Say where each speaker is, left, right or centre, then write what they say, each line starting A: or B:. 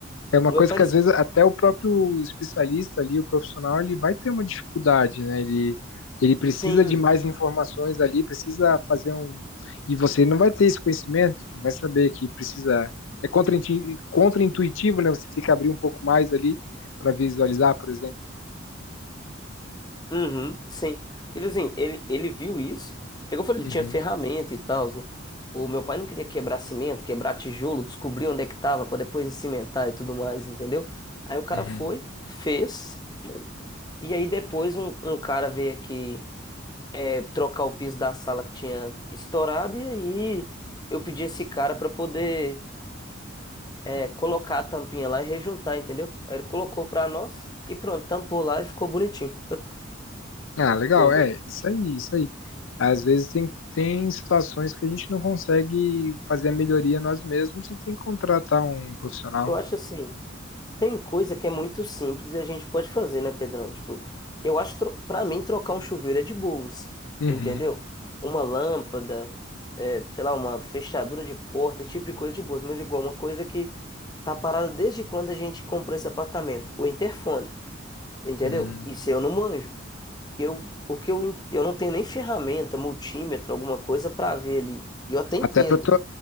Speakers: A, on the left (about 75°); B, on the left (about 20°).
A: É uma
B: O
A: coisa
B: meu pai
A: que
B: ele
A: às
B: se
A: vezes até o próprio especialista ali, o profissional, ele vai ter uma dificuldade, né? Ele, ele precisa
B: Sim,
A: de mais informações ali, precisa fazer um. E você não vai ter esse conhecimento, não vai saber que precisa. É contrainti- contraintuitivo, né? Você tem que abrir um pouco mais ali para visualizar, por exemplo.
B: uhum, sim. Ele assim, ele, ele viu isso. Pegou, e falou, ele
A: Uhum.
B: tinha ferramenta e tal. O, o meu pai não queria quebrar cimento, quebrar tijolo, descobrir onde é que tava pra depois cimentar e tudo mais, entendeu? Aí o cara
A: Uhum.
B: foi, fez. E aí depois um, um cara veio aqui é, trocar o piso da sala que tinha estourado e aí eu pedi esse cara pra poder é, colocar a tampinha lá e rejuntar, entendeu? Aí ele colocou pra nós e pronto, tampou lá e ficou bonitinho,
A: Ah, legal.
B: entendeu?
A: É, isso aí, isso aí. Às vezes tem, tem situações que a gente não consegue fazer a melhoria nós mesmos e tem que contratar um profissional.
B: Eu acho assim, Tem coisa que é muito simples e a gente pode fazer, né, Pedrão? Tipo, eu acho, tro- pra mim, trocar um chuveiro é de boas,
A: Uhum.
B: entendeu? Uma lâmpada, é, sei lá, uma fechadura de porta, esse tipo de coisa de boas. Mas igual, uma coisa que tá parada desde quando a gente comprou esse apartamento, o interfone, entendeu?
A: Hum.
B: Isso eu não manjo. Eu, o que eu, en- eu não tenho nem ferramenta, multímetro, alguma coisa pra ver ali. E eu até entendo.
A: Até para to...